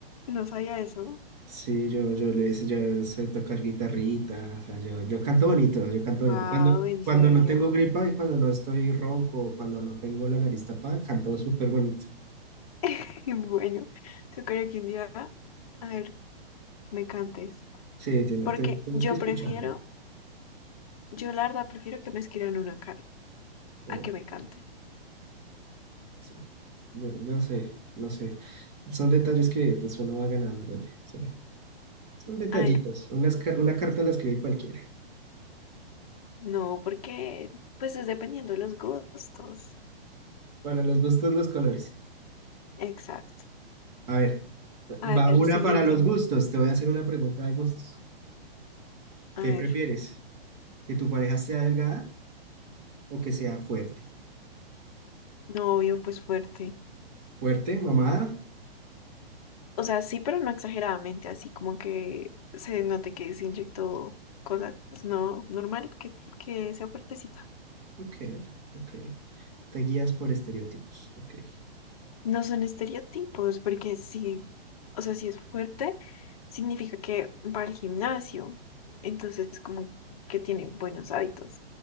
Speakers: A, on the left (about 35°); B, on the right (about 40°).
A: No sabía eso.
B: Sí, yo, yo, le sé- yo sé tocar guitarrita, o sea, yo, yo canto bonito, yo canto bonito.
A: Wow,
B: Cuando,
A: en
B: cuando
A: serio.
B: no tengo gripa y cuando no estoy ronco, cuando no tengo la nariz tapada, canto súper bonito.
A: <laughs> Bueno, yo creo que un día, a ver, me cantes.
B: Sí, tiene-
A: Porque
B: te- tienes
A: yo
B: que escucharme.
A: prefiero, yo la verdad prefiero que me escriban una carta.
B: Oh,
A: a que me cante.
B: sí. Yo, yo sé, no sé. Son detalles que pues uno va ganando, oye. o sea, son detallitos.
A: Ay, no,
B: Una, esca- una carta la escribe cualquiera.
A: no, porque pues es dependiendo de los gustos.
B: Para los gustos, los colores.
A: Exacto.
B: A ver, va
A: A ver,
B: una
A: siguiente.
B: para los gustos. Te voy a hacer una pregunta de gustos.
A: A
B: ¿Qué
A: ver,
B: prefieres? ¿Que tu pareja sea delgada? o que sea fuerte.
A: novio, pues fuerte.
B: ¿Fuerte, mamada?
A: O sea, sí, pero no exageradamente, así como que se note que se inyectó cosas, no, normal, que, que sea fuertecita.
B: Ok, ok. Te guías por estereotipos. Ok,
A: No son estereotipos, porque sí, o sea, si es fuerte, significa que va al gimnasio, entonces como que tiene buenos hábitos.